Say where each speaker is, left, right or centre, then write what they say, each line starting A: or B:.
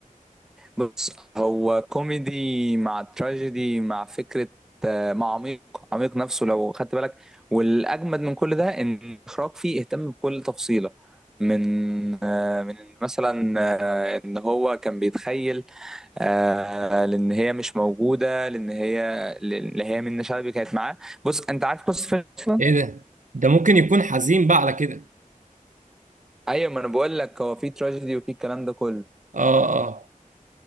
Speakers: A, in the centre; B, on the right.
A: بص هو كوميدي مع تراجيدي مع فكرة آه، مع عميق عميق نفسه لو خدت بالك والأجمد من كل ده إن الإخراج فيه اهتم بكل تفصيلة من آه، من مثلا آه، إن هو كان بيتخيل آه، لأن هي مش موجودة لأن هي لأن هي منة شلبي كانت معاه بص أنت عارف قصة فيلم أصلا؟
B: ايه ده ده ممكن يكون حزين بقى على كده
A: أيوة ما أنا بقول لك هو في تراجيدي وفي الكلام ده كله
B: اه اه